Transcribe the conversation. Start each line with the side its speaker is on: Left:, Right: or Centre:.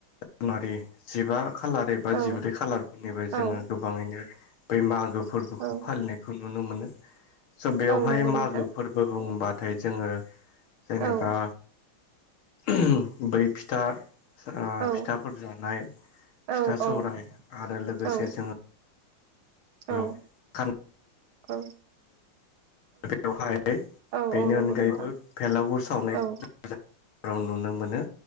Left: <unintelligible> जिबा खालार एबा
Right: औ
Left: जिब्रै खालारफोरनिबो जोङो
Right: औ
Left: गोबाङैनो बै मागो फोरबोखौ
Right: औ
Left: फालिनायखौ नुनो मोनो स' बेवहाय
Right: औ नंगौ
Left: मागो
Right: नोंथां
Left: फोरबो बुङोबाथाय जोङो जेनेबा
Right: औ
Left: ओम बै फिथा ओ
Right: औ
Left: फिथाफोर जानाय
Right: औ
Left: फिथा
Right: औ
Left: सौराय आरो लोगोसे
Right: औ
Left: जोङो <inaudible>
Right: औ औ
Left: बेवहाय बेनि
Right: औ औ नंगौ
Left: अनगायैबो
Right: नोंथां
Left: भेलागुर सावनाय
Right: औ
Left: <unintelligible> नुनो मोनो